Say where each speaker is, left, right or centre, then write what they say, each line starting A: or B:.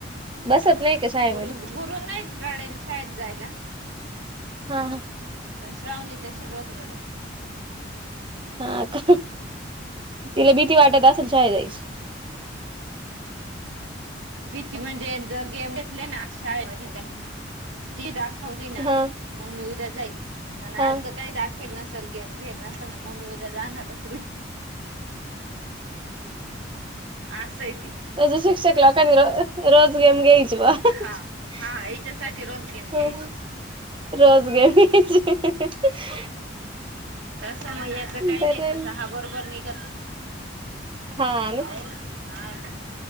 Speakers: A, on the right; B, on the right.
A: बसत
B: हम्म
A: नाही का शाळेमध्यी
B: गुरु गुरु नाही रडेल शाळेत जायला.
A: हा हा.
B: पण श्रावणी तशी रोज रडत
A: हा का तिला भीती
B: <unintelligible>
A: <unintelligible>
B: भीती म्हणजे ज गेम घेतले ना शाळे मध काही ती दाखवली ना
A: हा
B: मग मी उद्या जाईच आणि
A: हा
B: आज ज काय दाखवेल न सर गेम घेल न ना मम्मी उद्या जाणारच नाही. असं आहे तिचं
A: अज शिक्षक लोकांनी र रोज गेम घ्यायचे <unintelligible>
B: हा हा हिच्यासाठी रोज गेम घ्यायची
A: रोज <unintelligible>
B: तस म याच काही
A: बरंय
B: नाही तस हा बरोबर निघ
A: हा ना
B: <unintelligible> हााचं